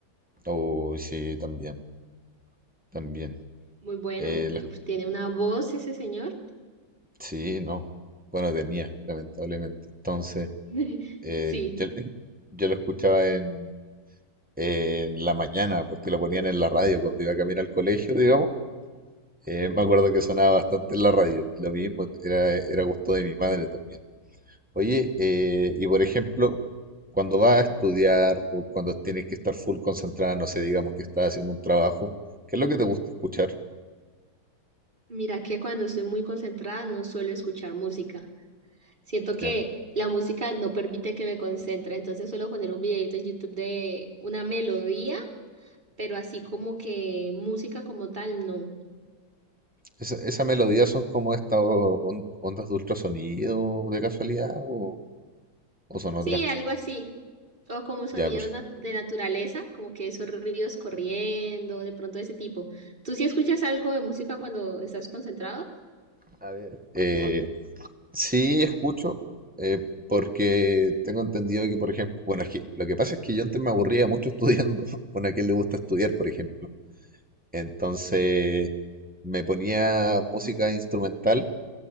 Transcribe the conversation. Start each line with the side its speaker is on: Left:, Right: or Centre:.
Centre: Oh, sí, también, también.
Right: Muy bueno.
Centre: Eh, la escu-
Right: Uf, tiene una voz ese señor.
Centre: sí, no. Bueno, tenía, lamentablemente. Entonces.
Right: <laughs>
Centre: Eh,
Right: Sí,
Centre: yo, <laughs> yo lo escuchaba en, en la mañana, porque lo ponían en la radio cuando iba a caminar al colegio, digamos. Eh, me acuerdo que sonaba bastante en la radio. Lo mismo, era, era gusto de mi madre también. Oye, eh, y por ejemplo, cuando vas a estudiar o cuando tienes que estar full concentrada, no sé, digamos que estás haciendo un trabajo, ¿qué es lo que te gusta escuchar?
Right: mira que cuando estoy muy concentrada no suelo escuchar música. Siento que
Centre: ¿Ya?
Right: la música no permite que me concentre, entonces suelo poner un videito en YouTube de una melodía, pero así como que música como tal, no.
Centre: Esa, esa melodía son como estas o- on- ondas de ultrasonido de casualidad o, o son otras?
Right: Sí, algo así. O como sonidos
Centre: Ya, perfecto.
Right: nat- de naturaleza, como que esos ríos corriendo, de pronto ese tipo. ¿Tú sí escuchas algo de música cuando estás concentrado?
Centre: A ver, <laughs> Sí, escucho, eh, porque tengo entendido que, por ejemplo, bueno, es que lo que pasa es que yo antes me aburría mucho estudiando, <laughs> bueno, a quien le gusta estudiar, por ejemplo. Entonces me ponía música instrumental